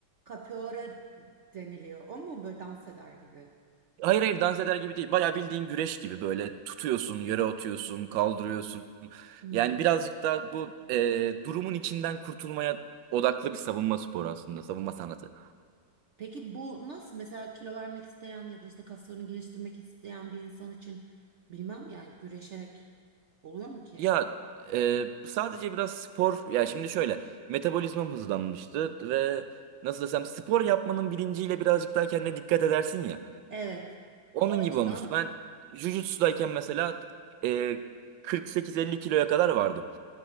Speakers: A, on the right; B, on the right.
A: capoeira deniliyor. O mu böyle dans eder gibi?
B: Hayır hayır dans eder gibi değil. Bayağı bildiğin güreş gibi böyle tutuyorsun, yere atıyorsun, kaldırıyorsun.
A: Hmm.
B: Yani birazcık daha bu e, durumun içinden kurtulmaya odaklı bir savunma sporu aslında. Savunma sanatı.
A: Peki bu nasıl mesela kilo vermek isteyen ya da işte kaslarını geliştirmek isteyen bir insan için bilmem yani güreşerek oluyor mu ki?
B: Ya e, sadece biraz spor ya şimdi şöyle metabolizmam hızlanmıştı ve nasıl desem spor yapmanın bilinciyle birazcık daha kendine dikkat edersin ya.
A: Evet.
B: Onun
A: O açıdan
B: gibi olmuştu. Ben jujutsu'dayken mesela e, 48-50 kiloya kadar vardım.